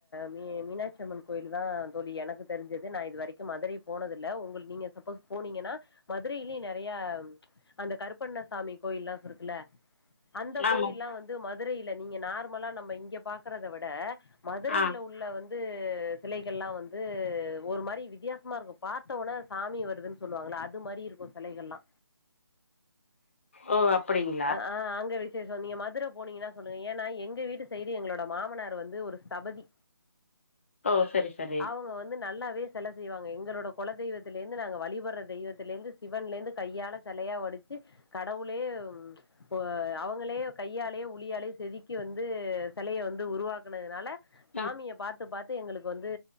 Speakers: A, on the left; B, on the left.
A: மீ மீனாட்சியம்மன் கோயில் தா தோழி எனக்கு தெரிஞ்சது நா இது வரைக் க்கு மதுரைக் போனதில்ல உங்க நீங்க சப்போஸ் போனீங்கனா மதுரையிலே நெறயா அந்த கருப்பண்ணசாமி கோயில்லாம் சோ இருக்குல அந்த கோயில்லா
B: ஆமா
A: வந்து மதுரையில நீங்க நார்மலா நம்ம இங்க பாக்கறத விட மதுரையில
B: ஆ
A: உள்ள வந் து சிலைகள்லா வந்து ஒரு மாரி வித்யாசமாருக்கு பாத்தோன்னே சாமி வருதுன் சொல்லுவாங்களா அது மாரி இருக்கு செலைகள்லா
B: ஓ அப்டிங்
A: அ ஆ அங்க வெச் சப்போஸ் நீங்க மதுர போனீங்னா சொல்லுங்க ஏன்னா எங்க வீட்டு சைடு எங்ளோட மாமனார் வந்து ஒரு ஸ்சபதி
B: ஓ சரி சரி
A: அவாங்க வந்து நல்லாவே செல செய்வாங்க எங்களோட கொலதெய்வத்திலருந்து நாங்க வழிபட்ற தெய்வத்திலருந்து சிவன்லருந்து கையால செலயா வடிச்சி கடவுளே ம் இப்போ அவங்களே கையாலே உளியாலே செதுக்கி வந்து செலைய வந்து உருவாக்குனதுனால சாமிய
B: ம்
A: பாத்து பாத்து எங்களுக்கு வந்து